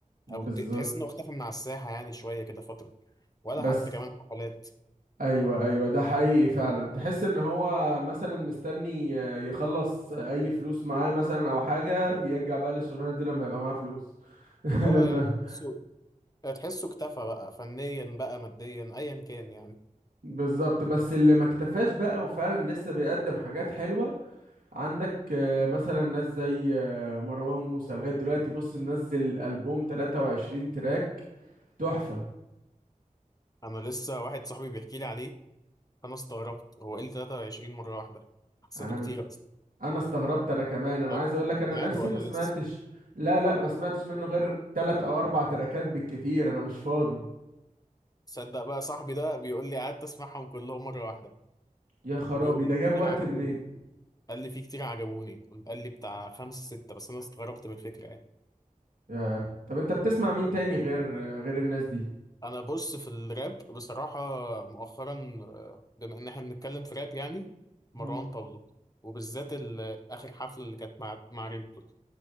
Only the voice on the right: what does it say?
بالظبط
بس
ايوه ايوه ده حقيقي فعلا تحس ان هو مثلا مستني آه، يخلص اي فلوس معاه مثلا او حاجة يرجع بقى للشغلانة دي لما يبقى معاه فلوس <laughs>
لما
بالظبط بس اللي ما اكتفاش بقى وفعلا لسه بيقدم حاجات حلوة عندك آه، مثلا ناس زي آه، مروان موسى لغاية دلوقتي بص منزل ألبوم 23 تراك تحفة
أنا
ب-
أنا استغربت أنا كمان أنا
عايز أقول لك أنا
نفسي
ما سمعتش
لا لا ما سمعتش منه غير تلات أو أربع تراكات بالكتير أنا مش فاضي
يا خرابي
ده
جاب
وقت
منين
ياه. طب أنت بتسمع مين تاني غير غير الناس دي
مم.